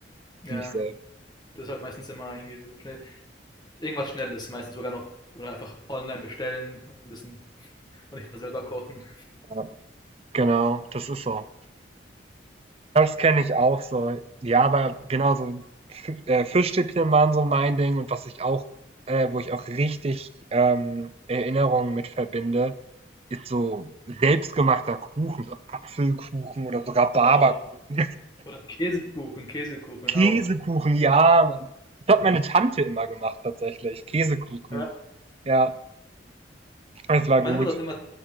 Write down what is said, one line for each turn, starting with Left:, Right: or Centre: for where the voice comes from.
Left: Ja,
Right: Für mich selbst.
Left: das ist halt meistens immer irgendwie so schnell. Irgendwas Schnelles, meistens sogar noch. Oder einfach online bestellen, ein bisschen und nicht mal selber kochen.
Right: Ja, genau, das ist so. Das kenne ich auch so. Ja, aber genau so, äh, Fischstäbchen waren so mein Ding und was ich auch äh, wo ich auch richtig, ähm, Erinnerungen mit verbinde, ist so selbstgemachter Kuchen, so Apfelkuchen oder so Rhabarberkuchen.
Left: Oh, oder Käsekuchen, Käsekuchen
Right: Käsekuchen,
Left: auch.
Right: ja, Mann. Das hat meine Tante immer gemacht tatsächlich, Käsekuchen.
Left: Ja.
Right: Ja, das war
Left: Meine
Right: gut.
Left: Mutter hat immer,